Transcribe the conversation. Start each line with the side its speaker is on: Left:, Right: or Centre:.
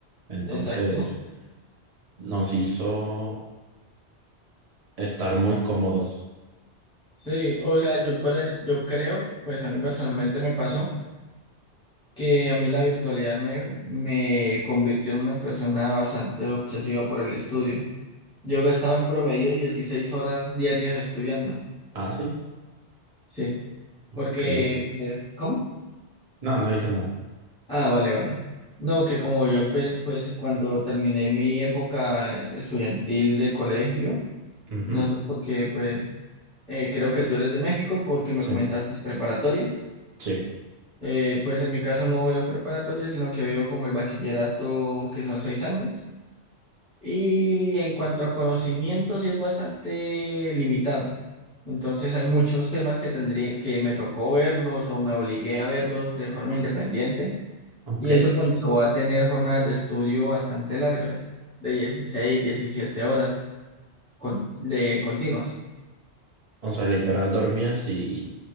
Right: entonces
Centre: Exacto.
Right: nos hizo estar muy cómodos.
Centre: Sí,
Right: O-
Centre: o sea, yo, pre- yo creo, pues a mí personalmente me pasó que a mí la virtualidad me, me convirtió en una persona bastante obsesiva por el estudio. Yo gastaba en promedio 16 horas diarias estudiando,
Right: Ah, sí,
Centre: sí, porque,
Right: ok.
Centre: pues, ¿cómo?
Right: No, no dije nada.
Centre: Ah, vale, vale. No, que como yo empe pues cuando terminé mi época estudiantil de colegio,
Right: Ujú,
Centre: no sé porque pues eh, creo que tú eres de México porque me
Right: Sí,
Centre: comentaste de preparatoria.
Right: sí,
Centre: Eh, pues en mi caso no veo preparatoria, sino que veo como el bachillerato que son seis años. Y en cuanto a conocimiento, sí es bastante limitado. Entonces hay muchos temas que tendría, que me tocó verlos o me obligué a verlos de forma independiente
Right: ok.
Centre: y eso conllevó a tener jornadas de estudio bastante largas, de 16 17 horas con- de continuas.
Right: O sea, literal dormías y